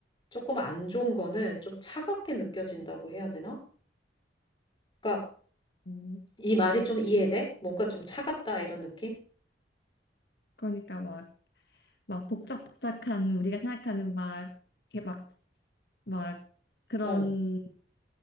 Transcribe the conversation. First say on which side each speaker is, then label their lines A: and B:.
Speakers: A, on the left; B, on the left.
A: 조금 안 좋은 거는 좀 차갑게 느껴진다고 해야 되나? 그러니까
B: 음,
A: 이 말이 좀 이해돼? 뭔가 좀 차갑다 이런 느낌?
B: 그러니까 막, 막 복작복작한 우리가 생각하는 막, 이렇게 막, 막 그런
A: 어,